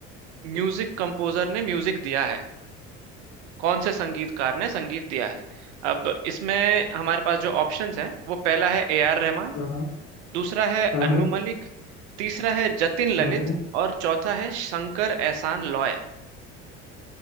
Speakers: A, on the right; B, on the left.
A: म्यूजिक कंपोजर ने म्यूजिक दिया है कौन से संगीतकार ने संगीत दिया है अब इसमें हमारे पास जो ऑप्शंस हैं वो पहला है ए आर रहमान
B: हाँ हाँ
A: दूसरा है
B: हाँ
A: अनु मलिक तीसरा है जतिन
B: हाँ
A: ललित
B: हाँ,
A: और चौथा है शंकर एहसान लॉय